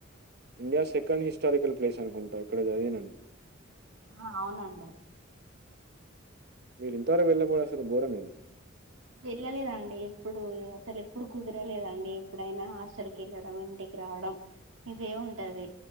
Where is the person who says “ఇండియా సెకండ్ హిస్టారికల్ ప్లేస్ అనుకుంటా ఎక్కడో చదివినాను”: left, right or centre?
Right